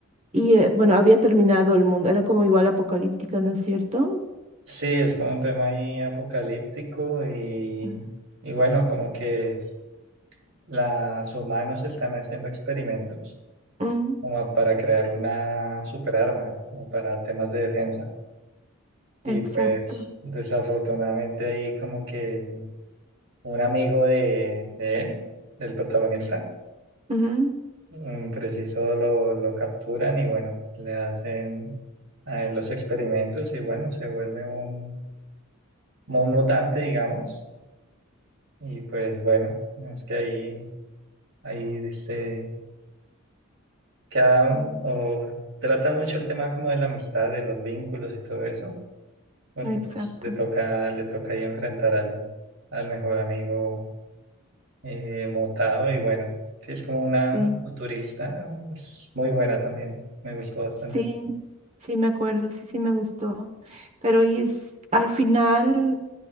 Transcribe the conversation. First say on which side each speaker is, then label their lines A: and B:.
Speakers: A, on the right; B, on the right.
A: y eh, bueno, había terminado el mundo, era como igual apocalíptica, ¿no es cierto?
B: Sí, es como un tema ahí apocalíptico y,
A: Ujú.
B: y bueno, como que los humanos están haciendo experimentos
A: Mm,
B: como para crear una superarma, como para temas de defensa. Y
A: exacto.
B: pues desafortunadamente ahí como que un amigo de, de él, del protagonista,
A: Ujú,
B: mm, preciso lo, lo capturan y bueno, le hacen a él los experimentos y bueno, se vuelve un, como un mutante, digamos. Y pues bueno, es que ahí, ahí se queda mm, o trata mucho el tema como de la amistad, de los vínculos y todo eso, porque
A: Exacto.
B: pues le toca, le toca ahí enfrentar al, al mejor amigo eh, mutado y bueno, sí, es como una
A: Sí,
B: futurista pues, muy buena también, me gustó bastante.
A: sí, sí me acuerdo, sí, sí me gustó. Pero y es, al final